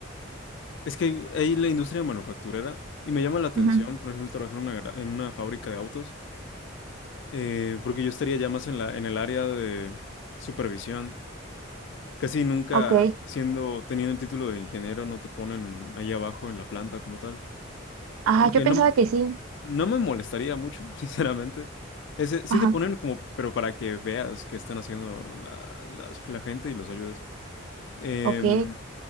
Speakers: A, on the left; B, on the right.
A: es que hay, hay la industria manufacturera y me llama la atención,
B: Ujú,
A: por ejemplo, trabajar en una, gra- en una fábrica de autos, eh, porque yo estaría ya más en la, en el área de supervisión. Casi nunca
B: Ok.
A: siendo, teniendo el título de ingeniero, no te ponen ahí abajo en la planta como tal. Aunque
B: Ajá, yo pensaba
A: no,
B: que sí.
A: no me molestaría mucho, <laughs> sinceramente. Ese, sí
B: Ajá,
A: te ponen como, pero para que veas qué están haciendo la, las- la gente y los ayudes. Em,
B: ok.